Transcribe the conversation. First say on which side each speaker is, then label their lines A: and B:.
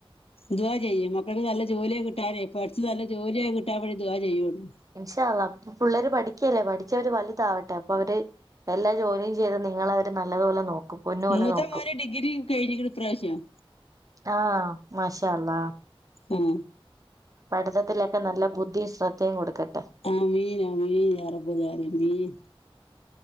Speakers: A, on the left; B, on the right.
A: ദുവ ചെയ്യും മക്കൾക്ക് നല്ല ജോലിയൊക്ക കിട്ടാനേ പഠിച്ച് നല്ല ജോലിയെ കിട്ടാൻ വേണ്ടി ദുവാ ചെയ്യുകയുള്ളൂ
B: ഇൻഷാ അള്ള പിള്ളേര് പഠിക്കല്ലേ പഠിച്ചവര് വലുതാവട്ടെ അപ്പൊ അവര് എല്ലാ ജോലിയും ചെയ്ത് നിങ്ങളെ അവര് നല്ലതുപോലെ നോക്കും പൊന്നു പോലെ
A: മൂത്താ
B: നോക്കും
A: മോനു ഡിഗ്രി കഴിഞ്ഞിക്കിണ് ഇപ്രാവശ്യം
B: ആഹ് മാഷ അള്ളാ
A: ഉം
B: പഠിത്തത്തിലൊക്കെ നല്ല ബുദ്ധിയും ശ്രദ്ധയും കൊടുക്കട്ടെ
A: ആമീൻ ആമീൻ അറബതാര മീൻ